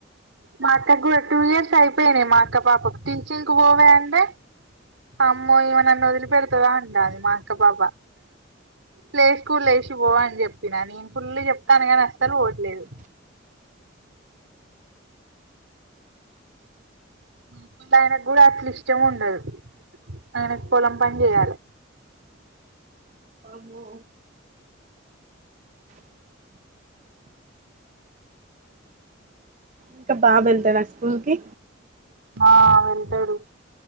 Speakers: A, on the right; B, on the right.
A: మా అక్కకు కూడా టూ ఇయర్స్ అయిపోయినాయి మా అక్క పాపకు టీచింగ్ కు పోవే అంటే అమ్మో ఈమె నన్ను వదిలిపెడుతదా ఉంటదీ మా అక్క పాప ప్లేస్కూల్ లో వేసి పో అని చెప్పిన నేను ఫుల్ చెప్తానుగా అసలు పోవట్లేదు ఇంట్లో ఆయనకు కూడా అట్ల ఇష్టం ఉండదు అయన కీ పొలం పని చెయాలే
B: అహో ఇంకా బాబు వెళ్తాడ ఆ స్కూల్ కి
A: ఆ వెళ్తాడు